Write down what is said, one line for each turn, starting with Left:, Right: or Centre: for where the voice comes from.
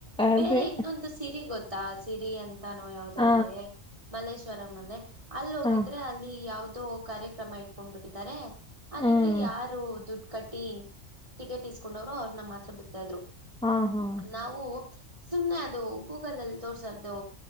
Centre: ಅದೇ
Right: ಬೇರೆ ಇನ್ನೊಂದು ಸಿರಿ ಗೊತ್ತಾ ಸಿರಿ ಅಂತಾನೋ ಯಾವವು್ದೋ
Centre: ಹ
Right: ಇದೆ ಮಲ್ಲೇಶ್ವ ್ವರಲ್ಲ ಅಲ್ಲಿ ಹೋಗಿದ್ರೆ
Centre: ಹ
Right: ಅಲ್ಲಿ ಯಾವ ಕಾರ್ಯಕ್ರಮ ಇಟ್ಕೊಂಡ್ ಬಿಿಟ್ಟಿದ್ದಾರೆ ಅದಕ್ಕೆ
Centre: ಹ್ಮ್
Right: ಯಾರು ದುಡ್ಡು ಕಟ್ಟಿ ಟಿಕೆಟ್ ಇಸ್ಕೊಂಡವ್ರು ಅವ್ರನ್ನ ಮಾತ್ರ ಬಿಡ್ತಾ ಇದ್ರು
Centre: ಹಾ ಹಾ
Right: ನಾವು ಸುಮ್ನೆ ಅದು ಗೂಗಲ್ ಅಲ್ಲಿ ತೋರ್ಸಾರ್ದು